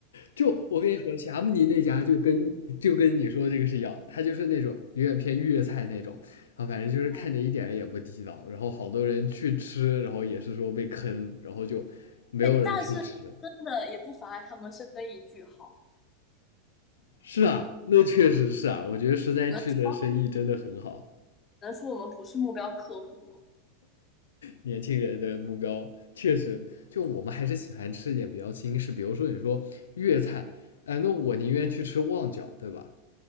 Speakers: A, on the left; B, on the left.
A: 就我跟你说，霞慕尼那家就跟就跟你说这个是一样，他就是那种有点偏粤菜那种，啊，反正就是看着一点儿也不地道，
B: 嗯，
A: 然后好多人去吃，然后也是说被坑，然后就没有人去吃，
B: 哎，但是真的也不妨碍他们生意巨好，
A: 是啊，那确实是啊，我觉得十三区的生意真的很好，
B: 只能说只能说我们不是目标客户。
A: 年轻人的目标确实，就我们还是喜欢吃一点比较新式，比如说你说粤菜，哎，那我宁愿去吃旺角，对吧？